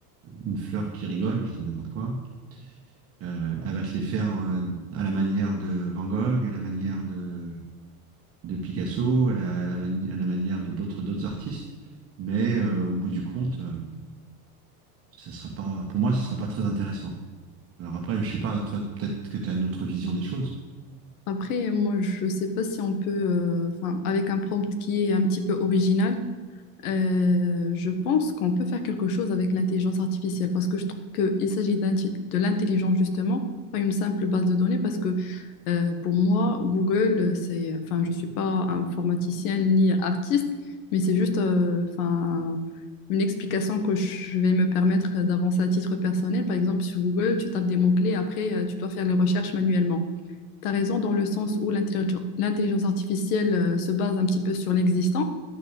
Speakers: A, on the right (about 30°); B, on the left (about 85°).
A: une fleur qui rigole, je dis n'importe quoi. euh, elle va te les faire euh, à la manière de Van Gogh, à la manière de, de Picasso, à la, à la mani- à la manière de d'autres d'autres artistes. Mais euh, au bout du compte. euh, ça sera pas, pour moi, ce sera pas très intéressant. Alors après, je sais pas, toi, peut-être que tu as une autre vision des choses.
B: Après, moi, je ne sais pas si on peut, euh, enfin, avec un prompt qui est un petit peu original. Euh, je pense qu'on peut faire quelque chose avec l'intelligence artificielle parce que je trouve qu'il s'agit d'inti- de l'intelligence justement, pas une simple base de données parce que euh, pour moi, Google, euh, c'est, enfin, je ne suis pas informaticienne ni artiste, mais c'est juste euh, enfin, une explication que je vais me permettre d'avancer à titre personnel. Par exemple, sur Google, tu tapes des mots-clés, après, euh, tu dois faire les recherches manuellement. Tu as raison dans le sens où l'intelligence l'intelligence artificielle euh, se base un petit peu sur l'existant.